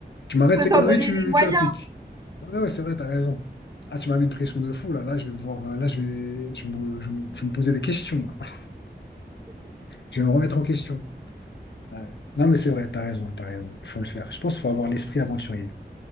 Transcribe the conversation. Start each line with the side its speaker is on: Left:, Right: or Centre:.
Left: Tu m'arrêtes
Right: faut
Left: ces
Right: s'en
Left: conneries,
Right: donner
Left: tu,
Right: les moyens.
Left: tu appliques. Ouais, ouais, c'est vrai, t'as raison. Ah, tu m'as mis une pression de fou là. Là, je vais devoir. euh, Là, je vais, je vais me, je vais me je vais me poser des questions. <laughs> Je vais me remettre en question. Ah Ouais. Non, mais c'est vrai, t'as raison, t'as raison. Il faut le faire. Je pense qu'il faut avoir l'esprit aventurier.